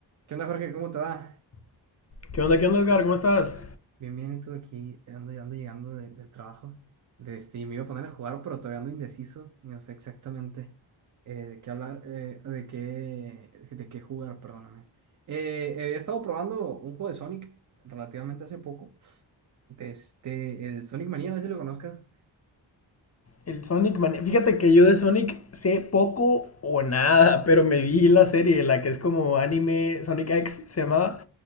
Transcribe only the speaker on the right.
¿Qué onda, Jorge? ¿Cómo te va?
Bien, bien, y tú aquí ando, ando llegando de- del trabajo. De este, y me iba a poner a jugar, pero todavía ando indeciso. y No sé exactamente eh, de qué hablar, eh, de qué, de qué jugar, perdóname. Eh, he estado probando un juego de Sonic relativamente hace poco. De este, el Sonic Mania, no sé si lo conozcas.